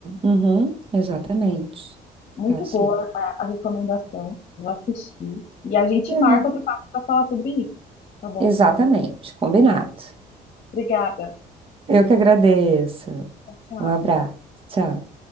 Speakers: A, on the right; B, on the left.
A: Uhum. Exatamente.
B: Muito
A: Tá, sim.
B: boa a, a recomendação. Vou assistir. E a gente
A: É.
B: marca outro papo para falar sobre isso, tá bom?
A: Exatamente. Combinado.
B: Obrigada.
A: Eu que agradeço.
B: Tchau, tchau.
A: Um abraço. Tchau.